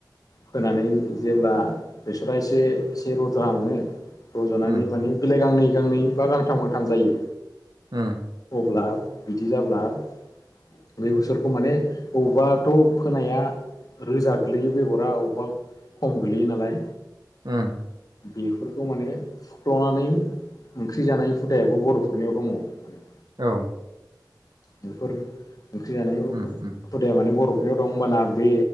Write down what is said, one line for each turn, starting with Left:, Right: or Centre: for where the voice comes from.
Left: फोनानै जेब्ला बेसरा एसे एसे रज'हाङो रज'नानै
Right: उम
Left: माने बिलाइ गांनै गांनै बा गांथाम गांथाम जायो
Right: उम
Left: अब्ला बिदि जाब्ला बे बे बेसरखौ माने बबेबाथ' फोनाया रोजा गोलैयो बेगरा अबेबा खम गोलैयो नालाय
Right: उम
Left: बेफोरखौ माने फुख्ल'नानै ओंख्रि जानाय हुदायाबो बर'फोरनियाव दंङो माने
Right: औ
Left: बेफोर ओंख्रि जानाय
Right: उम उम
Left: हुदाया माने बर' फख्रियाव दं हबाना बे